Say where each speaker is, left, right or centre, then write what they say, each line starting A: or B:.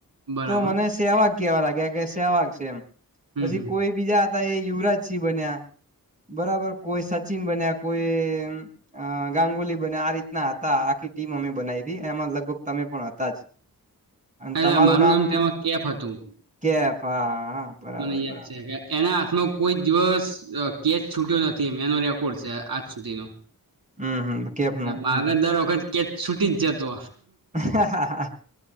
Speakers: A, on the right; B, on the right.
A: બરાબર
B: તો મને સેવાક કેવા લાગ્યા કે સેવાક છેમ
A: હમ
B: પછી
A: હમ
B: કોઈ બીજા એ યુવરાજ સિંહ બન્યા બરાબર કોઈ સચિન બન્યા કોઈ ગાંગુલી બને આ રીતના હતા આખી ટીમ અમે બનાવી હતી એમાં લગભગ તમે પણ હતા જ અને
A: એટલે
B: તમારું
A: મારું
B: નામ
A: તેમાં કેફ હતું
B: કેફ હા બરાબર
A: મને યાદ
B: બરાબર
A: છે એના આનો કોઈ દિવસ કેચ છૂટ્યો નથી મેનો રેકોર્ડ છે આજ સુધીનો
B: હમ હમ કેફ
A: અને
B: નું
A: મારે દર વખત કેચ છૂટી જ જતો
B: હાહા